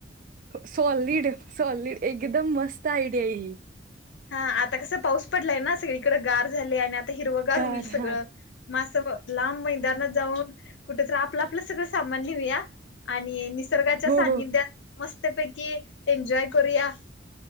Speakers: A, on the right; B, on the left.
A: सॉलिड सॉलिड एकदम मस्त आयडिया ही. !
B: हा आता कसं पाऊस पडलाय ना सगळीकडं गार झालय आणि आता हिरवगार
A: गार
B: होईल सगळं.
A: हा
B: मासं लांब मैदानात जाऊन कुठतरी आपलं, आपलं सगळं सामान नेऊया. आणि मी निसर्गाच्या
A: हो
B: सान्निध्यात
A: हो
B: मस्तपैकी एन्जॉय करूया.